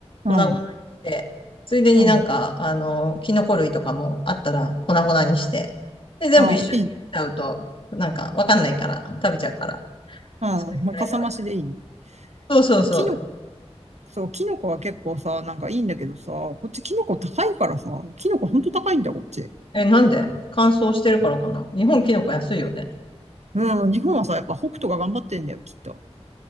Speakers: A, on the right; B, on the left.
A: うん。
B: 粉々にして、ついでになんか、
A: うん。
B: あの、キノコ類とかもあったら粉々にして、で、全部一緒に入れちゃうと、
A: ああ、いい。
B: なんかわかんないから、食べちゃうから、
A: うん。
B: それぐらいなら。
A: まあ、かさ増しでいいね。
B: そうそうそう。
A: まあ、キノコ、そう、キノコは結構さ、なんかいいんだけどさ、こっちキノコ高いからさ、キノコほんと高いんだよ、こっち。
B: え、なんで乾燥してるからかな日本キノコ安いよね。
A: うん、日本はさ、やっぱ北斗が頑張ってんだよ、きっと。